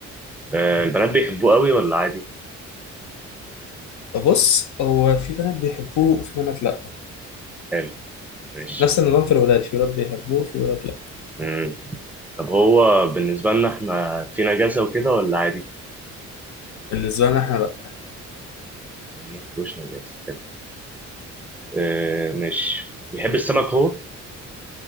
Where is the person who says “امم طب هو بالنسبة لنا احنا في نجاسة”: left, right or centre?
Centre